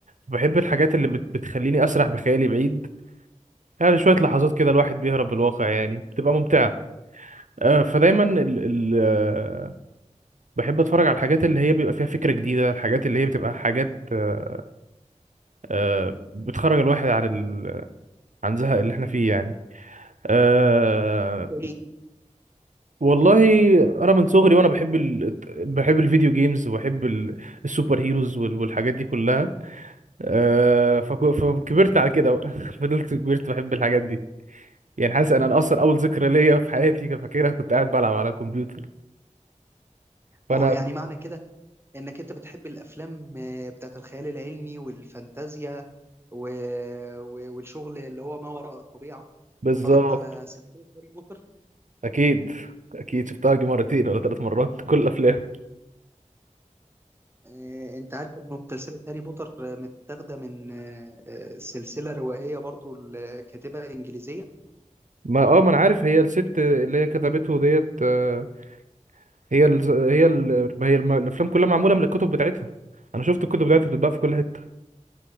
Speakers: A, on the right; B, on the right.
A: بحب الحاجات اللي بت- بتخليني اسرح بخيالي بعيد يعني شويه لحظات كده الواحد بيهرب بالواقع يعني بتبقى ممتعه آه، فدايما ال ال آه، بحب اتفرج على الحاجات اللي هي بيبقى فيها فكره جديده الحاجات اللي هي بتبقى حاجات آه، آه، بتخرج الواحد عن ال عن زهق اللي احنا فيه يعني أه
B: زي إيه؟
A: والله انا من صغري وانا بحب ال... بحب الفيديو جيمز وبحب ال... السوبر هيروز وال... والحاجات دي كلها أه فك... فكبرت على كده بقى. <laughs> فضلت كبرت بحب الحاجات دي يعني حاسس ان انا اصلا اول ذكرى ليا في حياتي كان فاكرها كنت قاعد بلعب على الكمبيوتر فانا
B: اه يعني معنى كده انك انت بتحب الافلام آه، بتاعت الخيال العلمي والفانتازيا و... و... والشغل اللي هو ما وراء الطبيعة
A: بالظبط
B: اتفرجت على سلسلة هاري بوتر
A: اكيد اكيد شفتها يجي مرتين ولا ثلاث مرات <laughs> كل الافلام
B: آه، انت عارف انه سلسلة هاري بوتر آه، متاخدة من آه، آه، سلسلة روائية برضو لكاتبة انجليزية
A: ما اه ما انا عارف هي الست اللي هي كتبته ديت آه، هي ال... هي ال... هي الم... الافلام كلها معموله من الكتب بتاعتها انا شفت الكتب بتاعتها بتتباع في كل حته